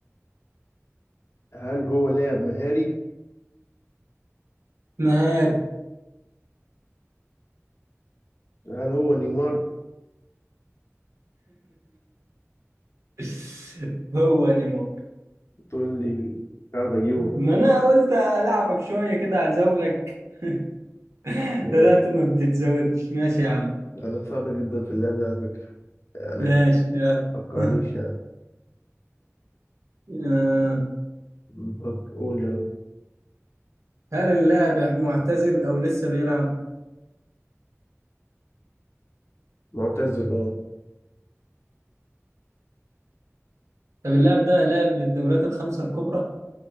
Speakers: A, on the left; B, on the right.
A: هل هو لاعب مهاري؟
B: مهاري
A: هل هو نيمار؟
B: <laughs> هو نيمو
A: تقول لي عارف أجيبه
B: ما انا قلت العبك شويه كده اعزولك <laughs>
A: لا،
B: طلعت ما بتتزودش ماشي يا عم
A: أنا صعب جدا في اللعب ده على فكرة يعني
B: ماشي يلا
A: متوقعنيش
B: <laughs>
A: يعني
B: آه،
A: بك- قول يلا
B: هل اللاعب معتزل او لسه بيلعب
A: معتزل اه
B: طب اللاعب ده لاعب للدوريات الخمسه الكبرى